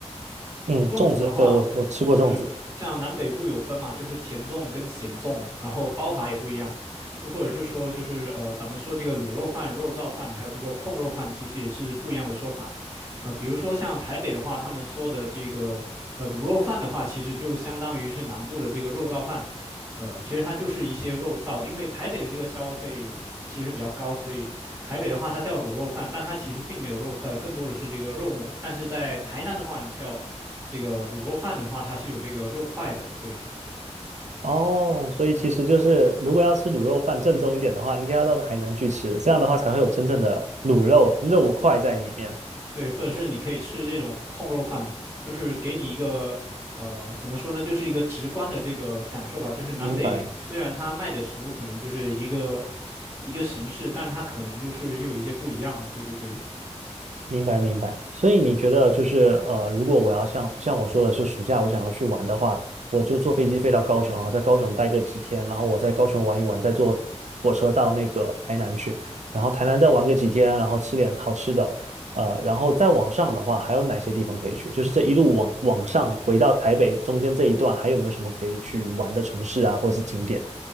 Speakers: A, on the right (about 85°); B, on the right (about 20°).
A: 嗯，
B: 粽子的话，
A: 粽子，对，我我吃过粽子。
B: 就是像南北部有分嘛，就是甜粽跟咸粽，然后包法也不一样。又或者是说，就是呃，咱们说这个卤肉饭、肉燥饭，还有这个控肉饭，其实也是不一样的说法。呃，比如说像台北的话，他们说的这个呃卤肉饭的话，其实就相当于是南部的这个肉燥饭。呃，其实它就是一些肉燥，因为台北的这个消费其实比较高，所以台北的话它叫卤肉饭，但它其实并没有肉块，更多的是这个肉末。但是在台南的话，你叫这个卤肉饭的话，它是有这个肉块的，对
A: 哦，所以其实就是，如果要吃卤肉饭正宗一点的话，应该要到海南去吃，这样的话才会有真正的卤肉肉块在里面。
B: 对，或者是你可以吃这种控肉饭，就是给你一个呃，怎么说呢，就是一个直观的这个感受吧。就是南北虽然它卖的食物可能就是一个
A: 明白。
B: 一个形式，但它可能就是又有一些不一样。对对对，
A: 明白明白，所以你觉得就是呃，如果我要像像我说的是暑假我想要去玩的话，我就坐飞机飞到高雄，然后在高雄待个几天，然后我在高雄玩一玩，再坐火车到那个台南去，然后台南再玩个几天，然后吃点好吃的，呃，然后再往上的话，还有哪些地方可以去？就是这一路往往上回到台北中间这一段，还有没有什么可以去玩的城市啊，或者是景点？